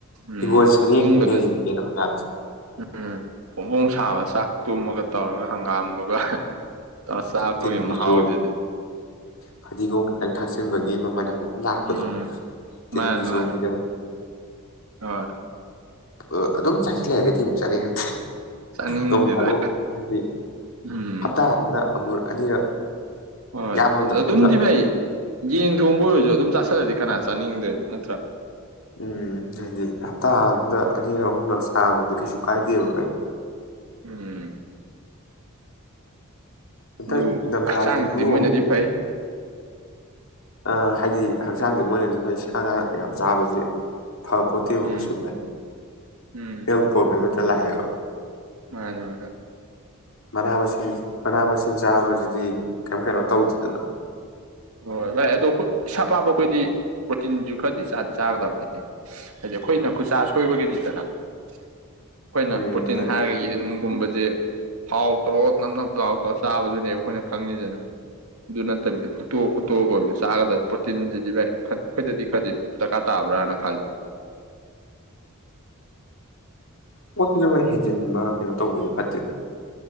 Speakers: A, on the right; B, on the left.
A: ꯎꯝ
B: ꯍꯤꯡꯒꯣꯜ ꯁꯔꯦꯡ
A: ꯅꯤꯡꯕꯗ
B: ꯍꯥꯏꯅꯔꯤꯅꯤ ꯀꯩꯅꯣ ꯍꯪꯒꯥꯝꯁꯦ
A: ꯎꯝ ꯐꫭꯕꯣꯡ ꯁꯥꯕ ꯆ ꯇꯨꯝꯃꯒ ꯇꯧꯔꯒ ꯍꯪꯒꯥꯝꯗꯨꯒ ꯇ ꯆꯒ
B: ꯇꯤꯟꯕꯨꯖꯣ
A: ꯃꯍꯥꯎꯥꯎꯖꯗꯦ
B: ꯐꯗꯤꯒꯣꯝ ꯈꯤꯇꯪ ꯊꯥꯛꯆꯤꯟꯕꯒꯤ ꯃꯃꯜ ꯂꯥꯛꯀꯗꯣ
A: ꯎꯝ
B: ꯇꯤꯟꯁꯨ
A: ꯃꯥꯅꯤ ꯃꯥꯅꯤ
B: ꯃꯤꯗꯕ
A: ꯍꯣꯏ
B: ꯑ ꯑꯗꯨꯝ ꯆꯥꯁꯤꯜꯂꯛꯑꯒꯗꯤ ꯑꯃꯨꯛ ꯆꯥꯅꯤꯡꯉꯦ
A: ꯆꯥꯅꯤꯡꯗꯦꯗ
B: ꯅꯧ ꯐꯥꯗꯣꯛ ꯍꯥꯏꯗꯤ
A: ꯎꯝ
B: ꯍꯞꯇꯥ ꯑꯃꯗ ꯑꯃꯨꯔ ꯑꯅꯤꯔꯛ
A: ꯍꯣꯏ
B: ꯌꯥꯝꯃꯕꯗ ꯑꯍꯨꯝꯂꯛ
A: ꯑꯗꯨꯝꯗꯤ ꯚꯥꯏ ꯌꯦꯟ ꯊꯣꯡꯕ ꯑꯣꯏꯔꯁꯨ ꯑꯗꯨꯝ ꯆ ꯀꯅꯥꯥ ꯆꯥꯅꯤꯗꫭꯏꯅꫭ ꯅꯠꯇꯔ
B: ꯎꯝ ꯍꯥꯏꯗꯤ ꯍꯞꯇꯥ ꯑꯝꯗ ꯑꯅꯤꯔꯛ ꯑꯍꯨꯝꯂꯛ ꯆꯥꯕꯗꯨꯗꯤ ꯀꯩꯁꯨ ꯀꯥꯏꯗꯦꯕ ꯀꯥꯏ
A: ꯎꯝ
B: ꯍꯟꯗꯛ
A: ꯑꯗꯨ
B: ꯅꯤꯡꯊꯝꯊꯥꯁꯤꯕꯨ
A: ꯍꯛꯆꯥꯡꯗꯤ ꯃꯣꯏꯅꯗꯤ ꯐꯩ
B: ꯑ ꯍꯥꯏꯗꯤ ꯍꯛꯆꯥꯡꯗꯤ ꯃꯣꯏꯅꯁꯨ ꯐꯩ ꯁꯥ ꯉꯥ ꯌꯥꯝ ꯆꯥꯕꯁꯦ ꯐꯥꯄꫭꯠꯇꯦꯕ
A: ꯎꯝ
B: ꯀꯩꯁꯨꯚꯥꯏ
A: ꯎꯝ
B: ꯍꯦꯜ ꯄꯔꫭꯕꯂꯦꯝ ꯆꯂꯥꯏꯣ
A: ꯃꯥꯅꯦ ꯃꯥ
B: ꯃꯅꯥ ꯃꯁꯤꯡ ꯃꯅꯥ ꯃꯁꯤꯡ ꯆꯥꯕꯁꯤꯗꯤ ꯀꯔꯤꯝ ꯀꯩꯅꯣ ꯇꯧꯗꯦꯗꯅ
A: ꯍꯣꯏ ꯂꯥꯛꯑꯦ ꯑꯗꯣ ꯏꯁꯥ ꯄꯥꯕ ꯑꯩꯈꯣꯏꯗꯤ ꯄ꯭ꯔꯣꯇꯤꯟꯁꯨ ꯈꯔꯗꯤ ꯆꯥꯗꯤ ꯆꯥꯒꯗꯕꯅꯤ ꯍꯥꯏꯗꯤ ꯑꯩꯈꯣꯏꯅ ꯈꯨꯠꯆꯥ ꯁꯣꯏꯕꯒꯤꯅꯤꯗꯅ ꯑꯩꯈꯣꯏꯅ
B: ꯎꯝ
A: ꯄ꯭ꯔꯣꯇꯤꯟ
B: ꯍꯥꯏꯗꯤ
A: ꯍꯥꯏꯔꯒ ꯌꯦꯅꯨꯡꯒꯨꯝꯕꯁꯦ ꯊꯥꯎ ꯇꯔꯣ ꯅꯞ ꯅꯞ ꯂꯥꯎꯊ꯭ꯔ ꯆꯥꯕꯗꯨꯅꯦꯕ ꯑꯩꯈꯣꯏꯅ ꯈꯪꯉꯤꯗꯅ ꯑꯗꯨ ꯅꯠꯇꯕꯤꯗ ꯈꯠꯇꯣ ꯈꯣꯠꯇꯣꯛꯑꯒ ꯆꯥꯒꯗ ꯄ꯭ꯔꯣꯇꯤꯟꯁꯤꯗꯤ ꯚꯥꯏ ꯑꯩꯈꯣꯏꯗꯗꯤ ꯈꯔꯗꯤ ꯗꯔꯀꯥꯔ ꯇꯥꯕ꯭ꯔꯥꯅ ꯈꯜꯂꯤ
B: ꯍꯣꯏ ꯈꯨꯗꯤꯡꯃꯛ ꯍꯦꯟꯖꯤꯟꯕ ꯀꯩꯅꯣ ꯇꯧꯕꯁ ꯐꯠꯇꯦꯗ